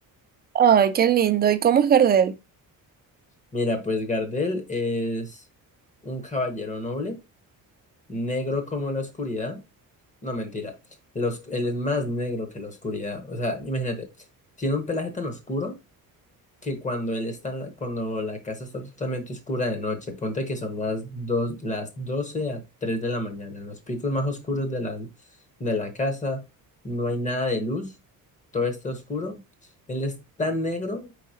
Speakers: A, on the right; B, on the left.
A: Ay, qué lindo. ¿Y cómo es Gardel?
B: Mira, pues Gardel es un caballero noble, negro como la oscuridad. No, mentira. Los, él es más negro que la oscuridad. O sea, imagínate, tiene un pelaje tan oscuro que cuando él está en la, cuando la casa está totalmente oscura de noche, ponte que son las dos, las 12 a 3 de la mañana, en los picos más oscuros de la, de la casa, no hay nada de luz, todo está oscuro. Él es tan negro